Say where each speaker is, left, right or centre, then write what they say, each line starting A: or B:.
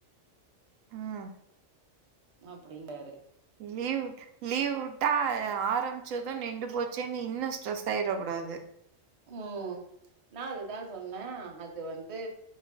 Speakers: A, on the right; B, on the right.
A: ம்
B: அப்புடிங்காரு
A: லீவ் லீவ் விட்டா ஆரம்பிச்சது நிண்டு போச்சேன்னு இன்னு ஸ்ட்ரெஸ் ஆயிட கூடாது
B: உம் நா அதுதா சொன்னே அது வந்து